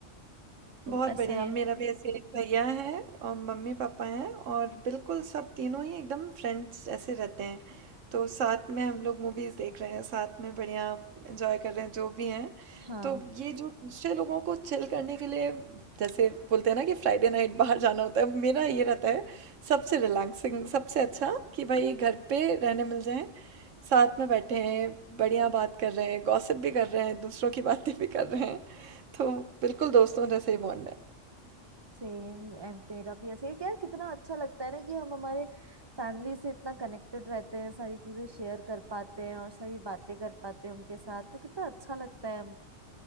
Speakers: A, on the right; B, on the right.
A: तो
B: बहुत
A: ऐसा
B: बढ़िया।
A: ही है
B: मेरा भी ऐसे एक भैया है और मम्मी-पापा हैं और बिल्कुल सब तीनों ही एकदम फ्रेंड्स जैसे रहते हैं। तो साथ में हम लोग मूवीज़ देख रहे हैं, साथ में बढ़िया एन्जॉय कर रहे हैं जो भी हैं
A: हाँ
B: तो ये जो दूसरे लोगों को चिल करने के लिए जैसे बोलते हैं ना कि फ्राइडे नाइट बाहर जाना होता है मेरा ये रहता है सबसे रिलैक्सिंग सबसे अच्छा कि भाई घर पे रहने मिल जाएं साथ में बैठे हैं बढ़िया बात कर रहे हैं गॉसिप भी कर रहे हैं दूसरों की बातें भी कर रहे हैं तो बिल्कुल दोस्तों जैसे ही बॉन्ड है
A: सेम मेरा भी ऐसे ही है कि यार कितना अच्छा लगता है ना कि हम हमारे फैमिली से इतना कनेक्टेड रहते हैं सारी चीजें शेयर कर पाते हैं और सारी बातें कर पाते हैं उनके साथ तो कितना अच्छा लगता है हमको